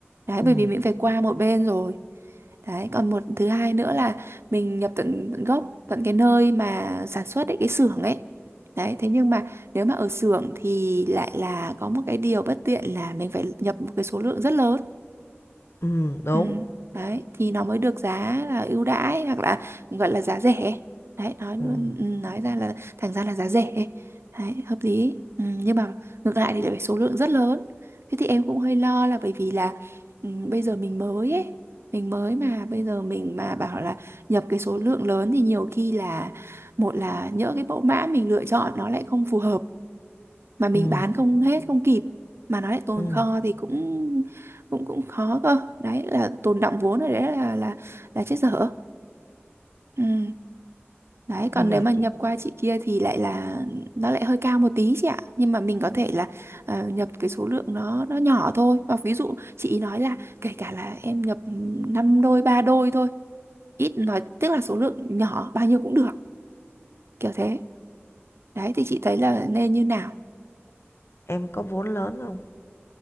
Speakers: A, on the right (about 65°); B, on the left (about 65°).
A: đấy
B: ừm,
A: bởi vì mình phải qua một bên rồi Đấy, còn một thứ hai nữa là mình nhập tận, tận gốc, tận cái nơi mà sản xuất ấy, cái xưởng ấy Đấy, thế nhưng mà nếu mà ở xưởng thì lại là có một cái điều bất tiện là mình phải nhập một cái số lượng rất lớn.
B: ừm, đúng.
A: Ừ. Đấy, thì nó mới được giá là ưu đãi hoặc là gọi là giá rẻ. Đấy, nói luôn
B: Ừm,
A: ừ, nói ra là thành ra là giá rẻ. Đấy, hợp lý. Ừ, nhưng mà ngược lại thì lại phải số lượng rất lớn. Thế thì em cũng hơi lo là bởi vì là ừ, bây giờ mình mới ấy, mình mới mà bây giờ mình mà bảo là nhập cái số lượng lớn thì nhiều khi là một là nhỡ cái mẫu mã mình lựa chọn nó lại không phù hợp mà mình
B: ừm,
A: bán không hết không kịp mà nó lại tồn
B: ừm.
A: kho thì cũng cũng cũng khó cơ đấy là tồn đọng vốn rồi đấy là là là chết dở ừ. đấy còn
B: Bây giờ
A: nếu mà nhập
B: chị
A: qua chị kia thì lại là nó lại hơi cao một tí chị ạ nhưng mà mình có thể là ờ, nhập cái số lượng nó nó nhỏ thôi và ví dụ chị ý nói là kể cả là em nhập 5 đôi ba đôi thôi ít nói tức là số lượng nhỏ bao nhiêu cũng được kiểu thế đấy thì chị thấy là nên như nào
B: em có vốn lớn không?